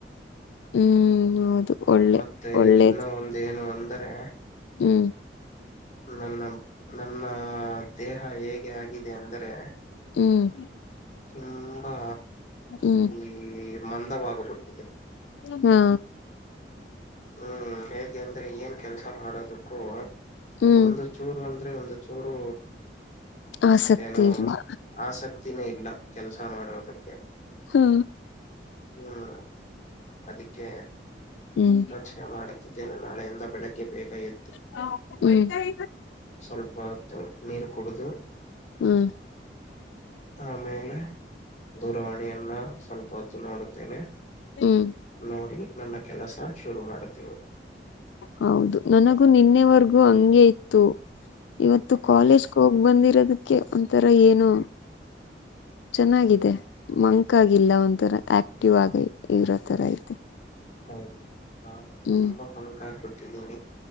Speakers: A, on the left; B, on the left.
A: ಹ್ಮ್ ಹೌದು ಒಳ್ಳೆ
B: ಮತ್ತೆ
A: ಒಳ್ಳೇದು
B: ಇನ್ನ ಒಂದ ಏನು ಅಂದ್ರೆ
A: ಹ್ಮ್
B: ನನ್ನ ನನ್ನ ದೇಹ ಹೇಗೆ ಆಗಿದೆ ಅಂದ್ರೆ
A: ಹ್ಮ್
B: ತುಂಬಾ
A: ಹ್ಮ್
B: ಈ ಮಂದವಾಗಬಿಟ್ಟು
A: ಹಾ
B: ಹ್ಮ್ ಹೇಗೆ ಅಂದ್ರೆ ಏನ್ ಕೆಲ್ಸ ಮಾಡೋದಕ್ಕೂ
A: ಹ್ಮ್
B: ಒಂದು ಚೂರು ಅಂದ್ರೆ ಒಂದು ಚೂರು
A: ಆಸಕ್ತಿ
B: ಏನೋ
A: ಇಲ್ಲಿ
B: ಆಸಕ್ತಿನೇ ಇಲ್ಲ ಕೆಲ್ಸ ಮಾಡೋದಕ್ಕೆ
A: ಹಾ
B: ಹ್ಮ್ ಅದಕ್ಕೆ
A: ಹ್ಮ್
B: ಯೋಚನೆ ಮಾಡುತ್ತಿದ್ದೇನೆ ನಾಳೆಯಿಂದ ಬೆಳಗ್ಗೆ ಬೇಗ ಇ
A: ಹ್ಮ್
B: ಸ್ವಲ್ಪ ಹೊತ್ತು ನೀರು ಕುಡಿದು
A: ಹ್ಮ್ ಹ್ಮ್
B: ಆಮೇಲೆ ದೂರವಾಣಿಯನ್ನ ಸ್ವಲ್ಪ ನೋಡುತ್ತೇನೆ
A: ಹ್ಮ್
B: ನೋಡಿ ನನ್ನ ಕೆಲಸ ಶುರು ಮಾಡತೀನಿ
A: ಹೌದು ನನಗೂ ನಿನ್ನೆವರ್ಗೂ ಹಂಗೆ ಇತ್ತು ಇವತ್ತು ಕಾಲೇಜ್ಗೆ
B: ಹ್ಮ್
A: ಹೋಗ್ ಬಂದಿರೋದಕ್ಕೆ ಒಂಥರ ಏನು ಚೆನ್ನಾಗಿದೆ ಮಂಕ ಆಗಲ್ಲ ಒಥರ ಆಕ್ ವಾಗ ಇರೋ ತರ ಐತೆ
B: ಹೌದು ನಾನು ತುಂಬಾ
A: ಹ್ಮ್
B: ಮಕಾಬಟ್ಟಿದ್ದಿ